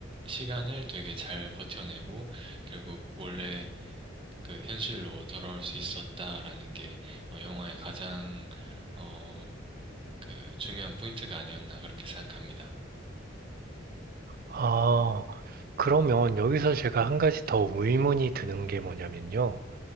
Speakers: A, on the right (about 25°); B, on the right (about 45°).
A: 시간을 되게 잘 버텨내고 결국 원래 그 현실로 돌아올 수 있었다라는 게 어, 영화의 가장 어, 그 중요한 포인트가 아니었나 그렇게 생각합니다.
B: 아, 그러면 여기서 제가 한 가지 더 의문이 드는 게 뭐냐면요.